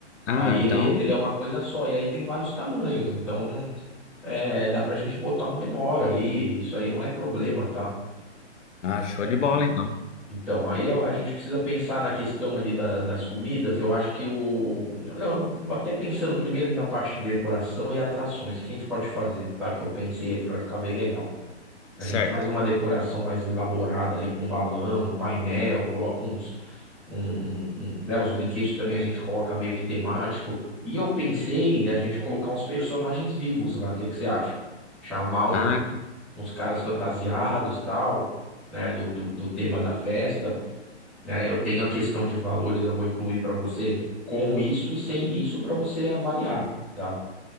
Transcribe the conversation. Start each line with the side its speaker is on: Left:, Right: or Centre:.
Left: Ah,
Centre: Aí
Left: então,
Centre: ele, ele é uma coisa só, e aí tem vários tamanhos, então é, dá pra gente botar um menor aí, isso aí não é problema, tá?
Left: ah, show
Centre: É,
Left: de bola então.
Centre: Então, aí a a gente precisa pensar na questão ali da- das comidas. Eu acho que o. eu- Até pensando primeiro na parte de decoração e atrações, o que a gente pode fazer, tá? Que eu pensei aqui pra ficar bem legal. A
Left: Certo.
Centre: gente faz uma decoração mais elaborada ali com balão, painel, coloca uns, um, um- um, né, os brinquedos também a gente coloca meio que temático. E eu pensei a gente colocar uns personagens vivos lá. O que que você acha? Chamar uns,
Left: Ah,
Centre: uns caras fantasiados, tal, né, do, do, do tema da festa, né? Eu tenho a questão de valores, eu vou incluir para você com isso e sem isso para você avaliar, tá?